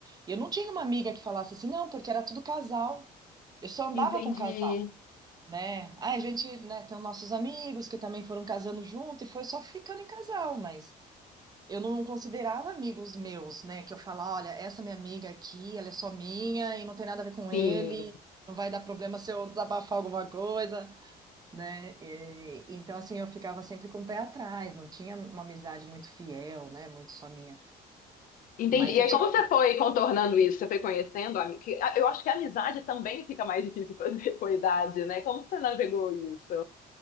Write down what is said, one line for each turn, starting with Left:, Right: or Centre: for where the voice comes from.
Right: Eu não tinha uma amiga que falasse assim, não, porque era tudo casal. Eu só andava
Left: entendi,
Right: com casal, né? Aí a gente, né, tem os nossos amigos que também foram casando junto e foi só ficando em casal, mas eu não considerava amigos meus, né? Que eu falava, olha, essa minha amiga aqui, ela é só minha e não tem nada a ver com
Left: sim,
Right: ele, não vai dar problema se eu desabafar alguma coisa né? E- então, assim, eu ficava sempre com o pé atrás, não tinha uma amizade muito fiel, né? Muito só minha.
Left: entendi.
Right: Mas
Left: E
Right: eu
Left: aí,
Right: tive.
Left: como você foi contornando isso? Você foi conhecendo? ami- que- ah, Eu acho que a amizade também fica mais difícil fazer <laughs> com a idade, né? Como você navegou isso?